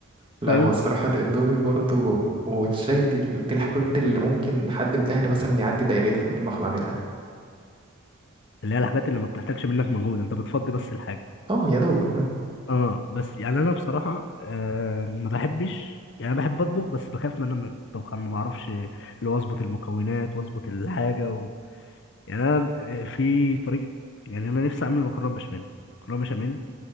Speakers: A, on the left; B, on the right.
A: فاهم
B: لا هو الصراحه الاندومي برضه والشاي دي دي الحاجه الوحيده اللي ممكن حد من اهلي مثلا يعدي دايرين في المطبخ ويعملها
A: اللي هي الحاجات اللي ما بتحتاجش منك مجهود انت بتفضي بس الحاجه
B: اه يا دوب
A: اه بس يعني انا بصراحه آه ما بحبش يعني انا بحب اطبخ بس بخاف من من الطبخ انا ما بعرفش اللي هو اظبط المكونات واظبط الحاجه و... يعني انا آه، في طريقه يعني انا نفسي اعمل مكرونه بشاميل مكرونه بشاميل